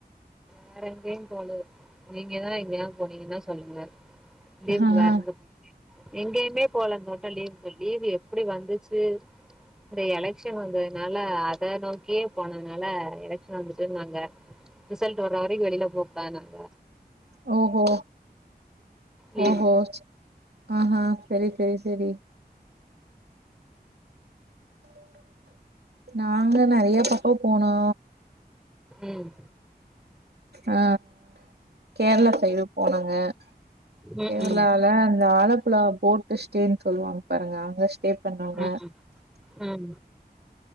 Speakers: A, in the centre; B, on the right.
A: வேற எங்கேயும் போலயே நீங்கதான் எங்கயாவது போனீங்கன்னா சொல்லுங்க லீவுக்கு
B: ஆஹா
A: வேறெங்க எங்கேயுமே போலங்க டோட்டல் லீவுக்கு. லீவு எப்டி வந்துச்சு இந்த எலக்ஷன் வந்ததுனால அத நோக்கியே போனனால எலக்ஷன் வந்துட்டு நாங்க ரிசல்ட் வர வரைக்கு வெளில போக கூடாதுன்னாங்க
B: ஓஹோ
A: லீவு
B: ஓஹோ ஆஹா செரி செரி செரி நாங்க நறையா பக்கோ போனோ
A: ம்
B: ஆ கேரளா சைடு போனங்க
A: ம்
B: கேரளால
A: ம்
B: இந்த ஆலப்புழா போட்டு ஸ்டேன்னு சொல்லுவாங்க பாருங்க. அங்க ஸ்டே பண்ணோங்க
A: ம் ம்